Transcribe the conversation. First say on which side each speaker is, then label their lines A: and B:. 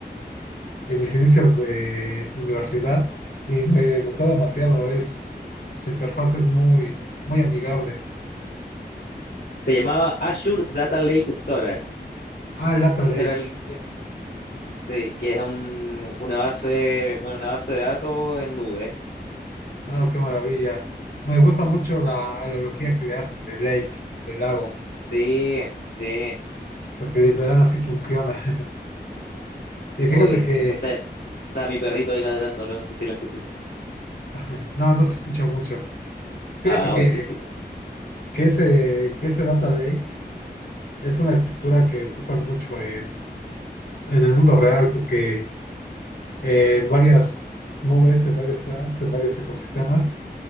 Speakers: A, on the left; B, on the left.
A: en mis inicios de universidad y me gustó demasiado. Es, su interfaz es muy, muy amigable.
B: se llamaba Azure Data Lake Storage,
A: Ah, Lateral
B: ese
A: Edge.
B: era el, sí, que es un, una base, bueno, una base de datos en nube,
A: No, qué maravilla. Me gusta mucho la analogía que le hacen de lake, del lago,
B: sí, sí,
A: porque literal así funciona. <laughs> Y
B: uy,
A: fíjate
B: escuchaste,
A: que,
B: estaba mi perrito ahí ladrándolo, no sé si lo escuchaste.
A: <laughs> no, no se escucha mucho. Fíjate
B: Ah,
A: que,
B: buenísimo.
A: que ese, que ese data lake es una estructura que ocupan mucho en, en el mundo real, porque eh, en varias nubes, en varios graphs, en varios ecosistemas,